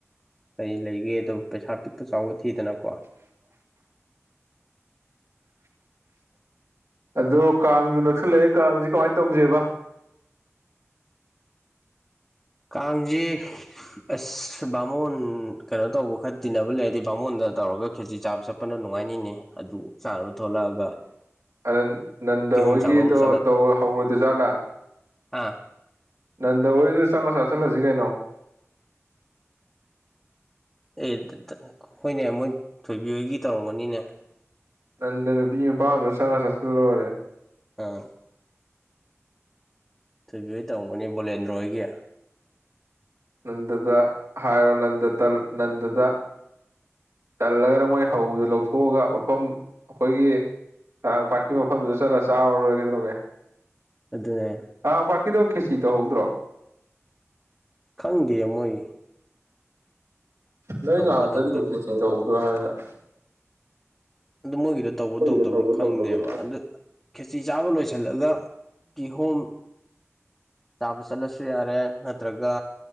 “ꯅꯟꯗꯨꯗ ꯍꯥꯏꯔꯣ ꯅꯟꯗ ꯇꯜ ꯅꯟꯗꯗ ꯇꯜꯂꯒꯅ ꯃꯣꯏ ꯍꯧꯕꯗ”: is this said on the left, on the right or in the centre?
Right